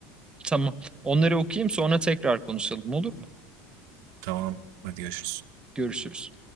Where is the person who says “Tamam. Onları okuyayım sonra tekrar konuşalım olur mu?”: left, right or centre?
Right